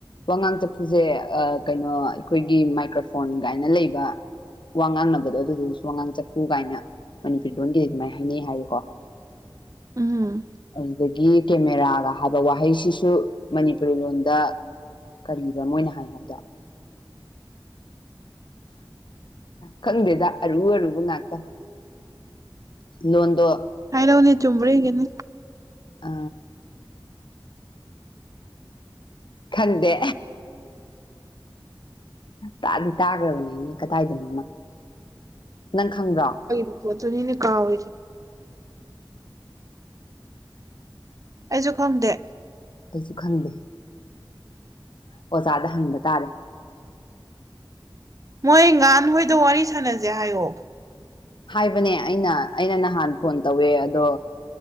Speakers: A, on the left; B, on the right.
A: ꯋꯥꯉꯥꯡ ꯆꯛꯐꯨꯁꯦ ꯀꯩꯅꯣ ꯑꯩꯈꯣꯏꯒꯤ ꯃꯥꯏꯀ꯭ꯔꯣꯐꯣꯟ ꯀꯥꯏꯅ ꯂꯩꯕ ꯋꯥ ꯉꯥꯡꯅꯕꯗꯣ ꯑꯗꯨꯗꯨꯁꯨ ꯋꯥꯉꯥꯡ ꯆꯠꯐꯨ ꯀꯥꯏꯅ ꯃꯅꯤꯄꯨꯔꯤ ꯂꯣꯟꯒꯤꯗꯤ ꯑꯗꯨꯃꯥꯏꯅ ꯍꯥꯏꯅꯩ ꯍꯥꯏꯀꯣ
B: ꯎꯝ
A: ꯑꯗꯨꯗꯒꯤ ꯀꯦꯃꯦꯔꯥꯒ ꯍꯥꯏꯕ ꯋꯥꯍꯩꯁꯤꯁꯨ ꯃꯅꯤꯄꯨꯔꯤ ꯂꯣꯟꯗ ꯀꯔꯤꯕ ꯃꯣꯏꯅ ꯍꯥꯏ ꯍꯥꯏꯕꯗ ꯈꯪꯗꯦꯗ ꯑꯔꯨ ꯑꯔꯨꯕ ꯉꯥꯛꯇ ꯂꯣꯟꯗ
B: ꯍꯥꯏꯥꯏꯅꯧꯅꯦ ꯇ ꯆꯨꯝ꯭ꯔꯦ ꯍꯒꯦꯅꯤ
A: ꯑ ꯈꯟꯗꯦ ꯇꯥꯗꯤ ꯇꯥꯈ꯭ꯔꯕꯅꯦꯅꯦ ꯀꯗꯥꯏꯗꯅꯣꯃ ꯅꯪ ꯈꯪꯕ꯭ꯔꯣ
B: ꯨꯄꯣꯣ ꯅ ꯏꯅꯦ ꯀꯥ ꯑꯣꯏꯦ ꯑꯩꯁꯨ ꯈꯪꯗꯦ
A: ꯑꯩꯁꯨ ꯈꯪꯗꯦ ꯑꯣꯖꯥꯗ ꯍꯪꯕ ꯇꯥꯔꯦ
B: ꯃꯣꯏ ꯉꯍꯥꯟ ꯍꯣꯏꯗ ꯋꯥꯔꯤ ꯁꯥꯟꯅꯁꯦ ꯍꯥꯏꯌꯣ
A: ꯍꯥꯏꯕꯅꯦ ꯑꯩꯅ ꯑꯩꯅ ꯅꯍꯥꯟ ꯐꯣꯟ ꯇꯧꯋꯦ ꯑꯗꯣ